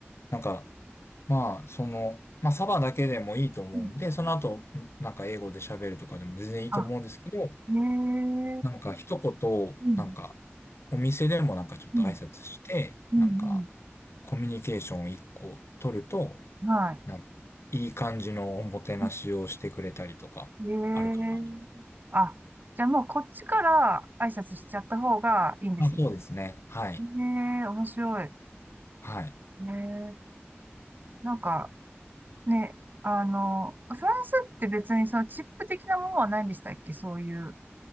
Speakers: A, on the left; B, on the right.
A: なんか、まあ、その、まあサバだけでもいいと思うんで、
B: うん。
A: その後、んなんか英語で喋るとかでも全然いいと思うんですけど、
B: あ、ええ。
A: なんか一言、
B: うん。
A: なんか、お店でもなんかちょっと挨拶して、
B: うん。うん。
A: なんか、
B: うん
A: コミュニケーションを一個取ると、
B: は
A: なんかいい感じのおもてなしをしてくれたりとか、
B: い。ええ。
A: あるかなと。
B: あ、じゃあもうこっちから挨拶しちゃった方がいいんですね。
A: あ、そうですね。はい。
B: ええ、面白い。
A: はい。
B: ええ。なんか、ね、あの、フランスって別にそのチップ的なものはないんでしたっけそういう。